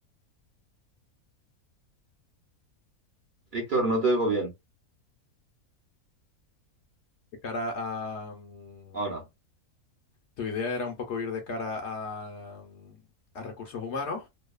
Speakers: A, on the right; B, on the left.
A: Víctor, no te oigo bien.
B: De cara a, mm,
A: Ahora.
B: Tu idea era un poco ir de cara a, mm, a recursos humanos,